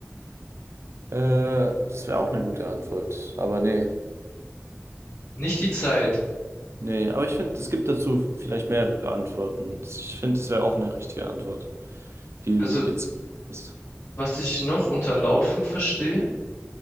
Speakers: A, on the right (about 60°); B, on the left (about 75°).
A: Äh, das wäre auch eine gute Antwort, aber nee.
B: Nicht die Zeit.
A: Nee, aber ich finde, es gibt dazu vielleicht mehrere Antworten. Ich finde, es wäre auch eine richtige Antwort, die
B: Also,
A: du jetzt hast.
B: was ich noch unter Laufen verstehe,